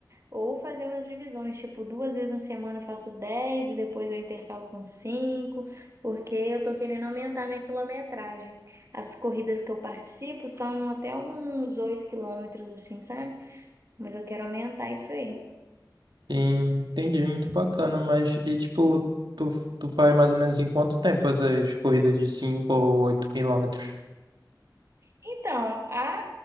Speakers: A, on the right (about 40°); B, on the right (about 80°).
A: Ou fazer umas divisões, tipo, duas vezes na semana eu faço 10 e depois eu intercalo com 5 porque eu tô querendo aumentar minha quilometragem. As corridas que eu participo são até uns 8 quilômetros, assim, sabe? Mas eu quero aumentar isso aí.
B: Sim, entendi, muito bacana, mas e tipo, tu, tu faz mais ou menos em quanto tempo essas corridas de 5 ou 8 quilômetros?
A: Então, a,